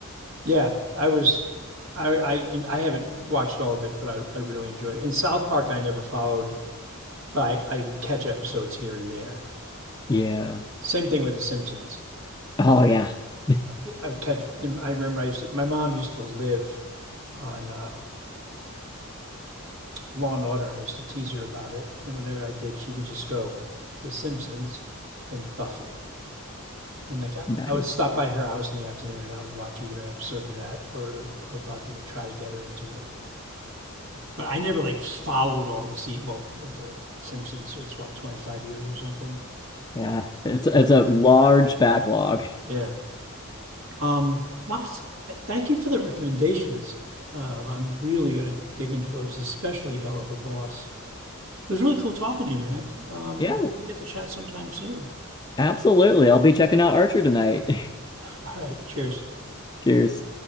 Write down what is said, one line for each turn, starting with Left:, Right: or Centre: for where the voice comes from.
Right: Yeah, I was, I I, and I haven't watched all of it, but I, I really enjoyed it. And South Park I never followed, but I, I would catch episodes here and there.
Left: Yeah.
Right: Same thing with The Simpsons.
Left: Oh yeah. <laughs>
Right: I, I would catch, and I remember I used to, my mom used to live on Law and Order, and I used to tease her about it. And whenever I did, she would just go, The Simpsons and Buffy. And like I,
Left: Nice.
Right: I would stop by her house in the afternoon, and I would watch either an episode of that or or Buffy, and try to get her into it. But I never like followed all the se well with the Simpsons. It's what twenty five years or something
Left: Yeah. It's
Right: more
Left: it's
Right: than
Left: a
Right: that.
Left: large backlog.
Right: Yeah. Um. Wow. s- I- Thank you for the recommendations. Um, I'm really gonna dig into those, especially Hell of a Boss. It was really cool talking to you, man. Um,
Left: Yeah,
Right: I hope we get to chat sometime soon.
Left: absolutely. I'll be checking out Archer tonight.
Right: All right, cheers.
Left: <laughs> Cheers.